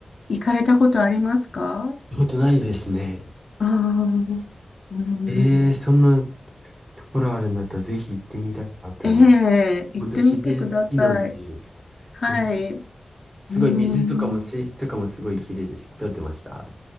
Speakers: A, on the left; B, on the right.
A: 行かれたことありますか
B: たことないですね。
A: ああー、うん。
B: ええ、
A: うん
B: そんなところあるんだったら、ぜひ行ってみたいなと思います。
A: ええ、行ってみてください。
B: 本当に自然好きなんで、
A: はい。
B: ええすごい水とかも水質とかもすごい綺麗で好透き通ってました。
A: うん。